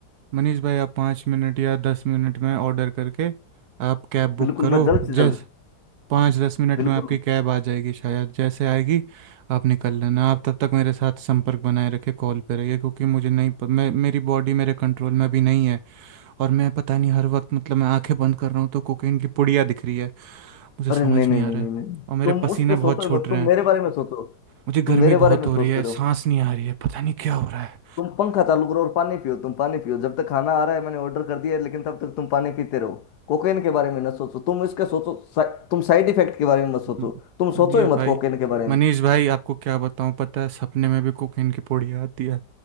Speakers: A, on the right; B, on the left.
A: मनीष भाई आप पाँच मिनट या दस मिनट में ऑर्डर करके आप कैब बुक
B: बिल्कुल
A: करो
B: मैं जल्द से
A: जैस
B: जल्द
A: पाँच दस मिनट
B: बिल्कुल
A: में आपकी कैब आ जाएगी शायद जैसे आएगी आप निकल लेना आप तब तक मेरे साथ संपर्क बनाए रखे कॉल पे रहिए क्योंकि मुझे नहीं प- मैं मेरी बॉडी मेरे कंट्रोल में भी नहीं है और मैं पता नहीं हर वक्त मतलब मैं आंखें बंद कर रहा हूँ तो कोकीन की पुड़िया दिख रही है मुझे
B: अरे
A: समझ
B: नहीं नहीं
A: नहीं आ
B: नहीं
A: रहा
B: नहीं
A: है
B: नहीं
A: और मेरे
B: तुम
A: पसीने
B: उस पे
A: बहुत
B: सोचो
A: छूट
B: ही मत
A: रहे
B: तुम
A: हैं
B: मेरे बारे में सोचो
A: मुझे
B: तुम
A: गर्मी
B: मेरे
A: बहुत
B: बारे में
A: हो
B: सोचते
A: रही है
B: रहो
A: सांस नहीं आ रही है पता नहीं क्या हो रहा है
B: तुम पंखा चालू करो और पानी पियो तुम पानी पियो जब तक खाना आ रहा है मैंने ऑर्डर कर दिया है लेकिन तब तक तुम पानी पीते रहो कोकेन के बारे में ना सोचो तुम इसके सोचो सा, तुम साइड इफेक्ट के बारे में मत सोचो
A: हम्म,
B: तुम
A: मनीष
B: सोचो ही
A: भाई
B: मत कोकेन के बारे
A: मनीष
B: में
A: भाई आपको क्या बताऊं पता है सपने में भी कोकेन की पोड़ी आती है